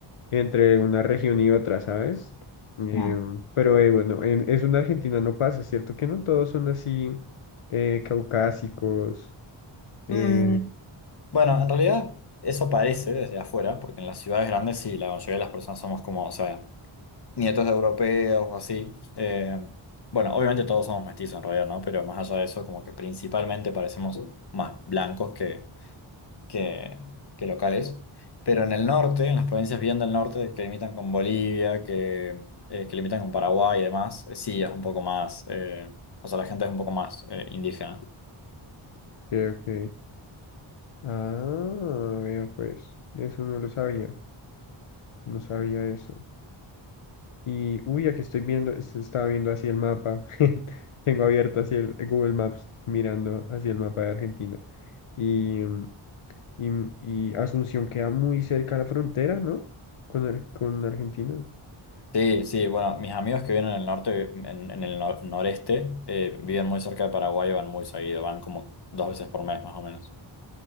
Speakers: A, on the left; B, on the left.
A: entre una región y otra, ¿sabes? Em,
B: Mm.
A: pero eh, bueno, en, eso en Argentina no pasa, ¿cierto? Que no todos son así eh, caucásicos.
B: Mm,
A: Eh,
B: bueno, en realidad eso parece desde afuera, porque en las ciudades grandes sí, la mayoría de las personas somos como, o sea, nietos de europeos o así. Eh, bueno, obviamente todos somos mestizos en realidad, ¿no? Pero más allá de eso, como que principalmente parecemos más blancos que, que, que locales. Pero en el norte, en las provincias bien del norte, que limitan con Bolivia, que, eh, que limitan con Paraguay y demás, eh, sí es un poco más, eh, o sea, la gente es un poco más eh, indígena.
A: ok, ok. Ah, vea pues, eso no lo sabía, no sabía eso. Y, uy, aquí estoy viendo, es- estaba viendo así el mapa, <laughs> tengo abierto así el Google Maps, mirando hacia el mapa de Argentina. Y, em, Y, y Asunción queda muy cerca a la frontera, ¿no? Con, Ar- con Argentina. <laughs>
B: Sí, sí, bueno, mis amigos que viven en el norte, en, en el no- noreste, eh, viven muy cerca de Paraguay y van muy seguido, van como dos veces por mes más o menos.